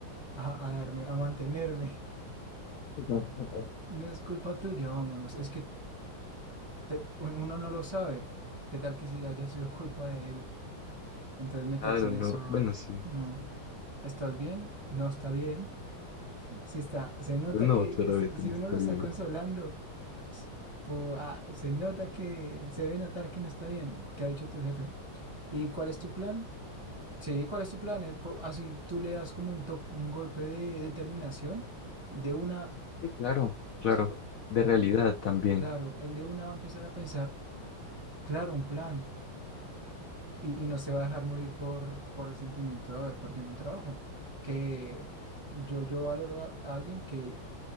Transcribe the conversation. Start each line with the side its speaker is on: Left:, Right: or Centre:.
Right: a, a darme, a mantenerme. <laughs>
Left: <laughs>
Right: No es culpa tuya, vámonos. Es que te- un- uno no lo sabe. ¿Qué tal que si haya sido culpa de él? Entonces meterse
Left: Claro,
Right: en
Left: no.
Right: eso,
Left: Bueno, sí,
Right: no.
Left: sí.
Right: ¿Estás bien? No está bien. <laughs> Si está, se nota
Left: Pues no,
Right: que,
Left: claramente
Right: está- si
Left: no
Right: uno
Left: estoy.
Right: lo está consolando, s- tipo, ah, se nota que, se debe notar que no está bien. ¿Qué ha dicho tu jefe? ¿Y cuál es tu plan? Sí, ¿cuál es tu plan? Eh, po- Así tú le das como un, to- un golpe de determinación. De una,
Left: Sí, claro, claro.
Right: psico-
Left: De realidad también.
Right: claro, el de una va a empezar a pensar, claro, un plan. Y, y no se va a dejar morir por, por el sentimiento de haber perdido un trabajo. Que yo, yo valoro a, a alguien que,